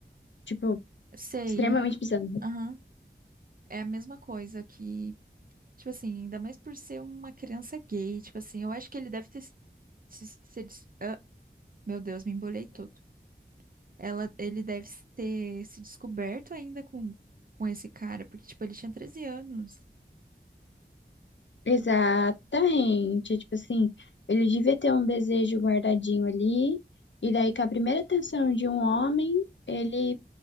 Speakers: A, on the left; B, on the right.
A: tipo,
B: sei,
A: extremamente
B: aham.
A: bizarro.
B: Aham. É a mesma coisa que. Tipo assim, ainda mais por ser uma criança gay, tipo assim, eu acho que ele deve ter se, se- se des- ah, meu Deus, me embolei todo. Ela, ele deve se ter se descoberto ainda com, com esse cara, porque, tipo, ele tinha treze anos,
A: Exatamente. Tipo assim, ele devia ter um desejo guardadinho ali, e daí com a primeira atenção de um homem, ele